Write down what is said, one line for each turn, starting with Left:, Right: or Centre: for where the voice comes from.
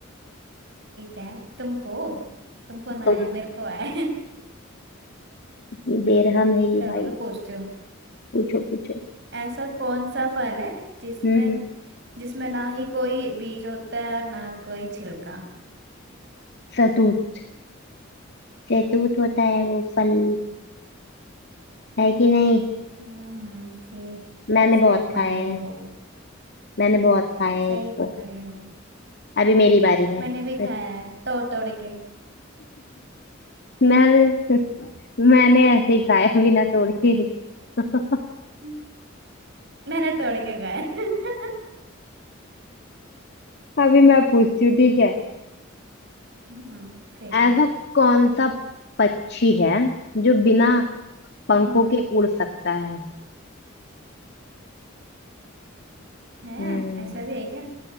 Right: है तुमको तुमको ना
Left: तो
Right: आए मेरे को आए
Left: इतनी बेरहम
Right: <laughs>
Left: है ये
Right: चलो
Left: भाई
Right: मैं पूछती हूँ
Left: पूछो पूछो
Right: ऐसा कौन सा फल है जिसमें
Left: हम्म हम्म
Right: जिसमें ना ही कोई बीज होता है और ना कोई छिलका
Left: सतूत सतूत होता है वो फल है कि नहीं
Right: हम्म ठीक
Left: मैंने बहुत
Right: सही
Left: खाए
Right: पकड़े
Left: हैं
Right: हो
Left: मैंने बहुत खाए हैं
Right: सही
Left: इसको
Right: पकड़े हो
Left: अभी मेरी बारी है
Right: मैंने भी खाया
Left: <laughs>
Right: है तोड़ तोड़ के
Left: मैंने मैंने ऐसे ही खाया बिना तोड़े <laughs>
Right: <laughs> मैंने तोड़ के खाया है। <laughs>
Left: अभी मैं पूछती हूँ ठीक है
Right: हम्म ठीक
Left: ऐसा
Right: है
Left: कौन सा पक्षी है जो बिना पंखों
Right: हम्म
Left: के उड़ सकता है
Right: है
Left: हम्म
Right: ऐसा भी है क्या